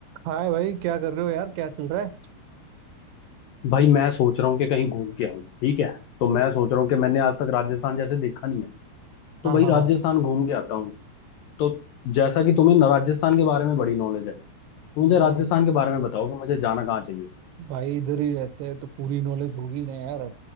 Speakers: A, on the right (about 80°); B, on the left (about 85°).
A: हाय भाई क्या कर रहे हो यार क्या चल रहा है
B: भाई मैं सोच रहा हूँ कि कहीं घूम के आऊँ ठीक है तो मैं सोच रहा हूँ कि मैंने आज तक राजस्थान जैसे देखा नहीं है तो
A: हाँ
B: भाई
A: हाँ
B: राजस्थान
A: हाँ
B: घूम के आता हूँ तो जैसा कि तुम्हें न- राजस्थान के बारे में बड़ी नॉलेज है तो मुझे
A: भाई
B: राजस्थान के बारे में बताओ कि मुझे जाना कहाँ चाहिए
A: भाई इधर ही रहते हैं तो पूरी नॉलेज होगी ना यार